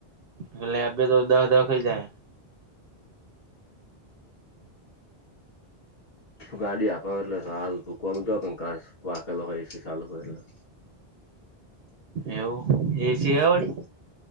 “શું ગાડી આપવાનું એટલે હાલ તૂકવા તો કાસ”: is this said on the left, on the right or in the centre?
Left